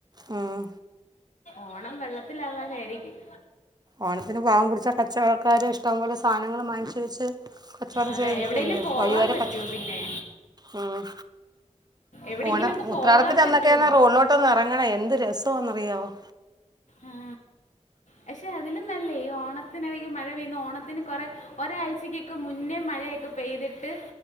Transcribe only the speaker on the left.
ഓണം വെള്ളത്തിലാവാനാരിക്കും
അതാ
എവിടെയെങ്കിലും പോവാൻ
പറ്റുമോ
പിന്നെ
എവിടെയെങ്കിലുമൊക്കെ
പോവാൻ പറ്റുമോന്നേ
ആ പക്ഷേ അതിലും നല്ലേ ഈ ഓണത്തിനിടയ്ക്ക് മഴ പെയ്യുന്ന ഓണത്തിന് കുറേ ഒരാഴ്ചക്കൊക്കെ മുന്നേ മഴയൊക്കെ പെയ്തിട്ട്